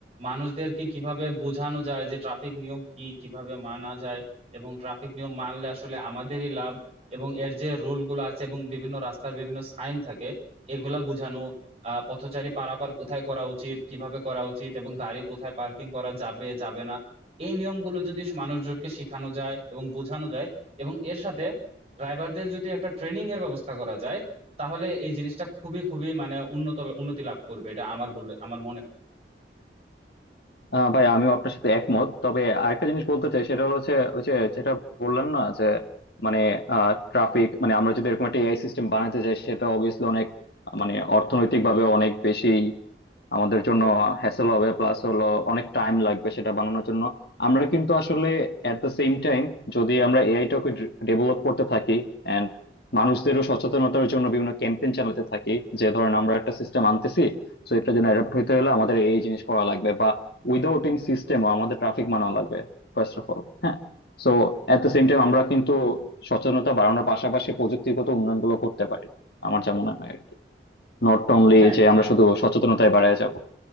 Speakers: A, on the right; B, on the left.
A: মানুষদেরকে কিভাবে বোঝানো যায় যে ট্রাফিক নিয়ম কি কিভাবে মানা যায় এবং ট্রাফিক নিয়ম মানলে আসলে আমাদেরই লাভ এবং এর যে রুল গুলো আছে এবং বিভিন্ন রাস্তার বিভিন্ন সাইন থাকে এগুলা বোঝানো আহ পথচারী পারাপার কোথায় করা উচিত কিভাবে করা উচিত এবং গাড়ি কোথায় পার্কিং করা যাবে যাবে না এই নিয়মগুলো যদি মানুষজনকে শেখানো যায় এবং বোঝানো যায় এবং এর সাথে ড্রাইভারদের যদি একটা ট্রেনিং এর ব্যবস্থা করা যায় তাহলে এই জিনিসটা খুবই খুবই মানে উন্নত উন্নতি লাভ করবে এটা আমার বলে আমার মনে হয়
B: আহ ভাই আমিও আপনার সাথে একমত তবে আরেকটা জিনিস বলতে চাই সেটা হলো যে ওই যে যেটা বললেন না যে মানে ট্রাফিক মানে আমরা যদি এরকম একটা এআই সিস্টেম বানাতে চাই সেটা অবভিয়াসলি অনেক মানে অর্থনৈতিক ভাবে অনেক বেশি আমাদের জন্য হ্যাসেল হবে প্লাস হলো অনেক টাইম লাগবে সেটা বানানোর জন্য আমরা কিন্তু আসলে এট দ্য সেম টাইম যদি আমরা এআইটাকে ডেভেলপ করতে থাকি এন্ড মানুষদেরও সচেতনতার জন্য বিভিন্ন ক্যাম্পেইন চালাতে থাকি যে ধরেন আমরা একটা সিস্টেম আনতেছি তো এটার জন্য অ্যাডাপ্ট হতে হলে আমাদের এই জিনিস করা লাগবে বা উইদাউট ইন সিস্টেমও আমাদের ট্রাফিক মানা লাগবে ফার্স্ট অফ অল হ্যাঁ So at the same time আমরা কিন্তু সচেতনতা বাড়ানোর পাশাপাশি প্রযুক্তিগত উন্নয়নগুলো করতে পারি আমার যা মনে হয় আর কি নট অনলি
A: হ্যাঁ
B: যে আমরা
A: হ্যাঁ
B: শুধু সচেতনতায় বাড়ায় যাব